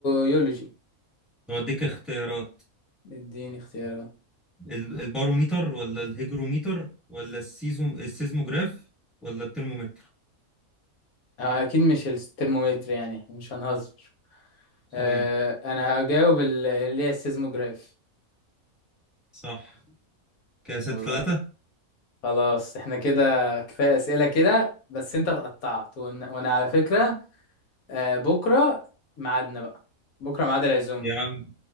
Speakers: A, on the left; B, in the centre.
A: يولوجي
B: بوديك اختيارات
A: اديني اختيارات
B: ال- الباروميتر ولا الهيجروميتر ولا السيزم... السيزموجراف ولا الترمومتر
A: آه، اكيد مش الترمومتر يعني مش هنهزر
B: صحيح
A: آه، انا هجاوب ال- اللي هي السيزموجراف
B: صح كده ستة
A: يلا
B: تلاتة
A: خلاص احنا كده كفايه اسئله كده بس انت اتقطعت وإن- وانا على فكره آه، بكره ميعادنا بقى بكره ميعاد العزوم
B: يا عم